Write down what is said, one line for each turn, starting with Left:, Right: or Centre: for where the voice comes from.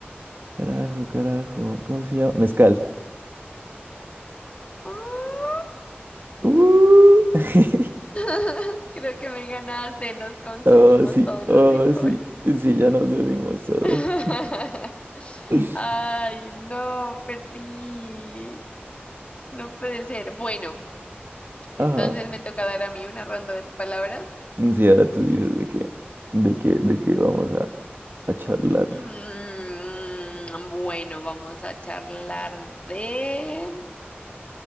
Right: carajo, carajo, ¿cómo se llama? Mezcal.
Left: Ah,
Right: ¡Uh! <laughs>
Left: <laughs> Creo que me ganaste, nos consumimos
Right: Oh, sí,
Left: todos
Right: oh,
Left: los licores.
Right: sí, sí, ya nos bebimos todo.
Left: <laughs>
Right: <laughs>
Left: Ay, no, perdí. No puede ser. Bueno, entonces
Right: Ajá.
Left: me toca dar a mí una ronda de palabras.
Right: Sí, ahora tú dices de que, de que, de que vamos a, a charlar
Left: Mm, bueno, vamos a charlar de...